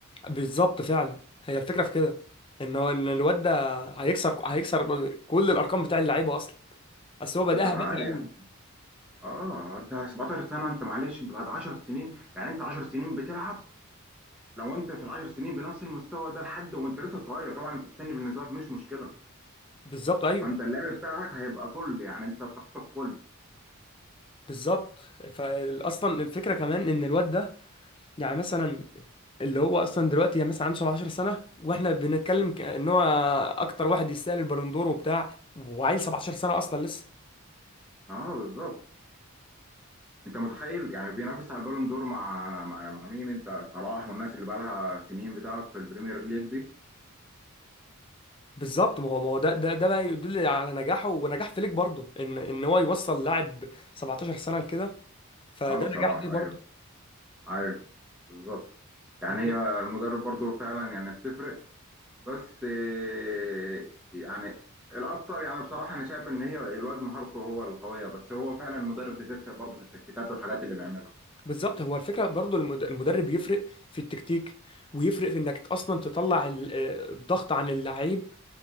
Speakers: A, on the left (about 25°); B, in the centre.
A: بالظبط فعلا هي الفكره في كده ان هو ان الواد ده هيكسر هيكسر كل الارقام بتاع اللعيبه اصلا بس هو بداها
B: بالعقل
A: بدري
B: يعني
A: قوي
B: اه انت 17 سنه انت معلش انت بعد 10 سنين يعني انت 10 سنين بتلعب لو انت في ال 10 سنين بنفس المستوى ده لحد وانت لسه صغير طبعا انت السن بالنسبه لك مش مشكله
A: بالظبط ايوه
B: فانت اللعب بتاعك هيبقى فل يعني انت طاقتك فل
A: بالظبط فاصلا الفكره كمان ان الواد ده يعني مثلا اللي هو اصلا دلوقتي يعني مثلا عنده 17 سنه واحنا بنتكلم ك- ان هو اكتر واحد يستاهل البالوندور وبتاع وعيل 17 سنه اصلا لسه
B: اه بالظبط انت متخيل يعني بينافس على البالون دور مع مع مع مين انت صلاح والناس اللي بقى لها سنين بتلعب في البريمير ليج دي
A: فبالظبط ما هو ما هو ده ده ده بقى يدل على نجاحه ونجاح فليك برضه ان ان هو يوصل لاعب 17 سنه لكده فده
B: اه بصراحه
A: نجاح ليه برضه
B: ايوه ايوه بالظبط يعني
A: بك-
B: هي المدرب برضو فعلا يعني بتفرق بس آه، يعني الاكتر يعني بصراحه انا شايف ان هي الواد مهارته هو القويه بس هو فعلا المدرب بتفرق برضه في التكتيكات والحاجات اللي بيعملها
A: بالظبط هو الفكره برضو المد- المدرب يفرق في التكتيك ويفرق في انك اصلا تطلع ال- آه، الضغط عن اللعيب